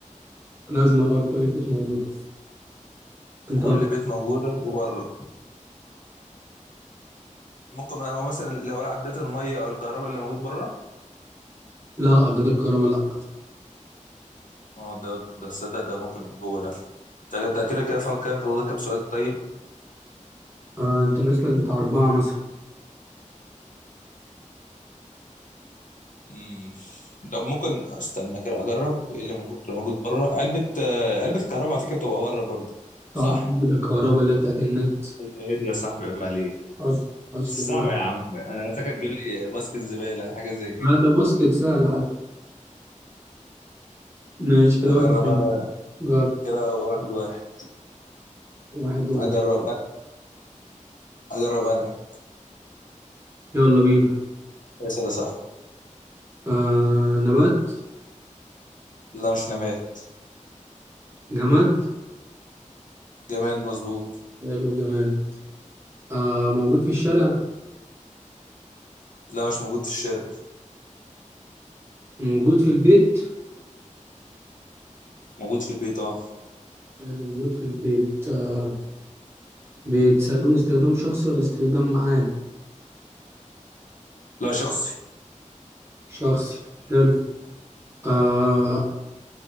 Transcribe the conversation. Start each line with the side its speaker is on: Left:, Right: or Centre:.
Right: لازم أقول كل البيت موجودة انت
Left: كل بيت موجودة وبره ممكن بقى هو مثلا لو عدات المية او الكهرباء اللي موجود بره
Right: لا عداد الكهرباء لا
Left: اه ده ده صدق ده ممكن يبقى جوه ده ده ده كده كده فاهم كام فاضل لك كام سؤال طيب
Right: آه انت ناقص لك بتاع اربعة مثلا
Left: مم. طب ممكن استنى كده اجرب ايه اللي موجود اللي موجود بره علبة آه، علبة كهرباء على فكرة بتبقى بره برضه
Right: بتاع
Left: صح
Right: عداد الكهرباء اللي هي بتاعت النت
Left: ايه دي يا صاحبي عيب عليك
Right: اصل اصل
Left: صعبة يا عم انا فاكر تجيب لي ماسك الزبالة حاجة زي كده
Right: لا ده باسكت سهل حتى ماشي كده
Left: اجرب
Right: واحد وعشرين.
Left: انا
Right: جرب
Left: كده واحد واحد
Right: واحد واحد
Left: اجرب انا اجرب انا
Right: يلا بينا
Left: اسال يا صاحبي
Right: آه نبات
Left: لا مش نماد
Right: جماد
Left: جماد مظبوط
Right: حلو جماد آه موجود في الشارع
Left: لا مش موجود في الشارع
Right: موجود في البيت
Left: موجود في البيت اه
Right: حلو موجود في البيت آه بي- بتستخدمه استخدام شخصي ولا استخدام عام
Left: لا شخصي
Right: شخصي حلو آه